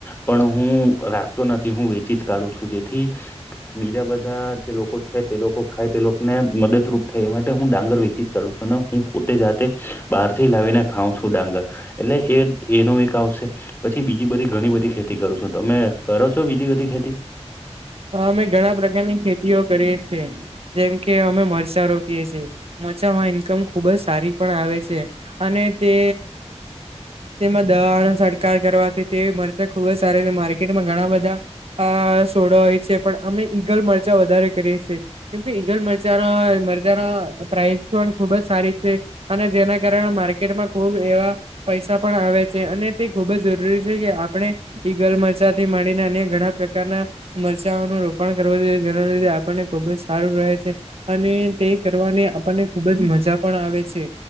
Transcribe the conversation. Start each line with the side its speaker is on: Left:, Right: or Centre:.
Left: પણ હું રાખતો નથી. હું વેચી જ કાઢું છું. જેથી બીજા બધા જે લોકો છે તે લોકો ખાય તે લોકોને મદદરૂપ થાય એ માટે હું ડાંગર વેચી કર છુ. હું પોતે જાતે બહાર થી લાવીને ખાઉં છું ડાંગર. એટલે એ એનો એક આવશે પછી બીજી બધી ઘણી બધી ખેતી કરું છું. તમે કરો છો બીજી બધી ખેતી?
Right: અમે ઘણા પ્રકારની ખેતીઓ કરીએ છીએ. જેમ કે અમે મરચા રોપીએ છીએ. મચામાં ઇન્કમ ખુબ જ સારી પણ આવે છે. અને તે તેમાં દવાનો છટકાર કરવાથી તે મરચા ખુબ જ સારી છે. માર્કેટમાં ઘણા બધા આ સોડા હોય છે. પણ અમે ઈગલ મરચા વધારે કરીએ છીએ. કેમ કે ઈગલ મરજા મરજાનો પ્રાઇસ પણ ખુબ જ સારી છે અને જેના કારણે માર્કેટમાં ખુબ એવા પૈસા પણ આવે છે અને તે ખુબ જ જરૂરી છે કે આપણે ઈ ગલમરચા થી માંડીને અને ઘણા પ્રકારના મ નું રોપણ કરવા દી જેના લીધે આપણને ખુબ જ સારું રહે છે અને તે કરવાની આપણને ખુબ જ મજા પણ આવે છે